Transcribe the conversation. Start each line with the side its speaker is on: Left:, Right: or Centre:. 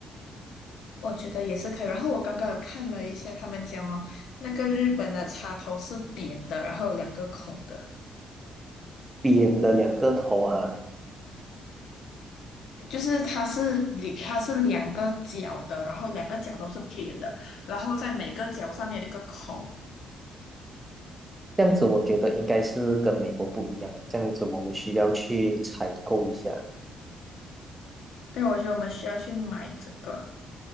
Left: 我觉得也是可以。然后我刚刚有看了一下，他们讲哦，那个日本的插头是扁的，然后有两个孔的，
Right: 扁的两个头啊，
Left: 就是它是里它是两个角的，然后两个角都是扁的，然后在每个角上面有一个孔。
Right: 这样子我觉得应该是跟美国不一样啊，这样子我们需要去采购一下。
Left: 对，我觉得我们需要去买这个。